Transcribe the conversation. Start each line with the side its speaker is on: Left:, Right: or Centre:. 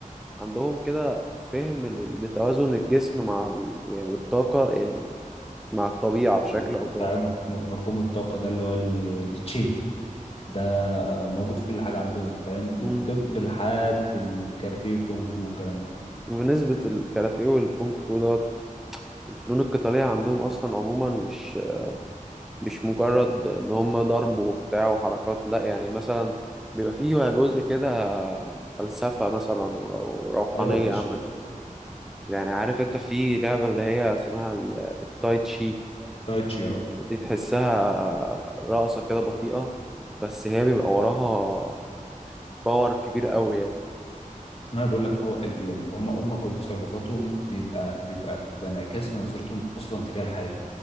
Centre: عندهم كده فهم ل- لتوازن الجسم مع ال... يعني والطاقة يعني مع الطبيعة بشكل
Left: وبتاع
Centre: أو بآخر
Left: مف- مفهوم الطاقة ده اللي هو ال- التشي ده موجود في كل حاجة عندهم فاهم من
Centre: مم.
Left: الطب لحد الكاراتيه والكونغ فو والكلام ده
Centre: بنسبة الكاراتيه والكونغ فو دوت الفنون القتالية عندهم أصلا عموما مش مش مجرد إن هم ضرب وبتاع وحركات لأ يعني مثلا بيبقى فيه جزء كده فلسفة مثلا ورو- وروحانية
Left: ايوه يا باشا
Centre: عامة يعني عارف أنت في لعبة اللي هي اسمها ال- التاي تشي
Left: تايتشي
Centre: دي
Left: اه
Centre: دي تحسها رقصة كده بطيئة بس هي بيبقى وراها باور كبير قوي يعني
Left: انا بقول لك هو ال- يعني هم هم كل تصرفاتهم بيبقى بيبقى تبقى انعكاس لنظرتهم اصلا تجاه الحياه